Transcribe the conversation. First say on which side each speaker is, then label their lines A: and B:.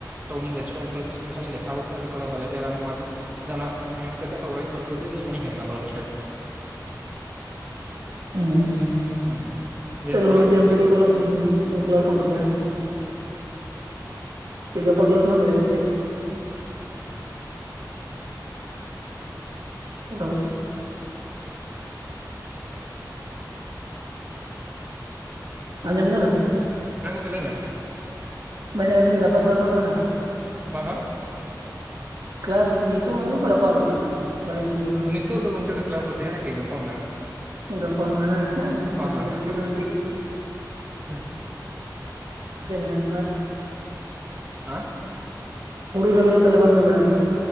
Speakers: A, on the right (about 20°); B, on the right (about 75°).
A: ᱛᱚ ᱩᱱᱤ ᱜᱮᱥᱴᱨᱳ ᱮᱱᱴᱨᱚᱞᱚᱡᱤᱥᱴ ᱩᱱᱤ ᱥᱟᱶ ᱤᱧ ᱫᱮᱠᱷᱟᱣ ᱠᱮᱫᱮ ᱟᱫᱚ ᱛᱷᱚᱲᱟ ᱵᱟᱨᱭᱟ ᱯᱮ ᱨᱟᱱᱮ ᱮᱢᱟ ᱫᱮᱭᱟ, ᱟᱫᱚ ᱚᱱᱟ ᱮᱢ ᱠᱟᱛᱮ ᱟᱨ ᱚᱲᱟᱜ ᱤᱧ ᱫᱚᱦᱚ ᱦᱚᱴᱚ ᱠᱮᱫᱮᱛᱮ ᱤᱧ ᱦᱮᱡ ᱮᱱᱟ ᱵᱚᱞᱮ ᱦᱳᱥᱴᱮᱞ᱾
B: <inaudible> ᱚᱸᱻ
A: ᱦᱩᱸ
B: <inaudible>
A: ᱦᱩᱸ ᱡᱮᱦᱮᱛᱩ
B: ᱛᱟᱦᱞᱮ
A: ᱠᱞᱟᱥ
B: ᱦᱩᱲᱩ ᱪᱟᱥ
A: ᱢᱮᱱᱟᱜ ᱛᱟᱞᱮᱭᱟ
B: ᱠᱚᱫᱚ
A: ᱛᱚ ᱜᱚᱝᱠᱮ
B: ᱛᱟᱦᱞᱮ ᱠᱮᱞᱟᱥᱚᱜ ᱛᱟᱹᱵᱤᱱᱟ᱾ ᱪᱮᱫ ᱜᱟᱯᱟ ᱠᱮᱞᱟᱥ ᱢᱮᱱᱟᱜ ᱛᱟᱯᱮᱭᱟ ᱥᱮ ᱪᱮᱫ? ᱦᱮᱞᱳ᱾ ᱟᱸᱡᱚᱢ ᱮᱫᱟ ᱵᱤᱱ?
A: ᱦᱮᱸ ᱜᱚᱢᱠᱮ ᱞᱟᱹᱭ ᱢᱮ᱾
B: ᱢᱮᱱᱮᱫ <unintelligible> ᱜᱟᱯᱟ ᱠᱮᱞᱟᱥ ᱢᱮᱱᱟᱜ ᱛᱟᱵᱤᱱᱟ?
A: ᱦᱳᱭ ᱦᱳᱭ᱾
B: ᱠᱮᱞᱟᱥ ᱫᱚ ᱪᱮᱫ ᱱᱤᱛᱚᱜ ᱢᱮᱱᱟᱜ ᱛᱟᱵᱱᱟ ᱥᱮ ᱜᱟᱯᱟ ᱢᱮᱱᱟᱜ ᱛᱟᱵᱚᱱᱟ ᱵᱟᱞᱤᱧ ᱵᱩᱡᱷᱟᱹᱣ ᱞᱮᱫᱟ
A: ᱱᱤᱛᱚᱜ ᱫᱚ ᱜᱚᱝᱠᱮ ᱫᱚ ᱠᱮᱞᱟᱥ ᱫᱚ ᱛᱟᱦᱮᱱᱟ ᱠᱤ ᱜᱟᱯᱟ ᱢᱮᱱᱟᱜᱼᱟ
B: ᱜᱟᱯᱟ ᱦᱩᱭᱩᱜ ᱟ ᱵᱟᱝ ᱟᱪᱷᱟ
A: ᱦᱳᱭ
B: ᱟᱪᱷᱟ
A: ᱦᱳᱭ ᱦᱳᱭ
B: ᱪᱚᱞᱚ
A: ᱦᱩᱸ
B: <unintelligible>
A: ᱟ
B: ᱦᱩᱲ ᱨᱚᱦᱚᱭ ᱫᱚ ᱛᱟᱦᱞᱮ ᱵᱟᱝ ᱦᱩᱭ ᱵᱟᱲᱟ ᱠᱟᱱᱟ?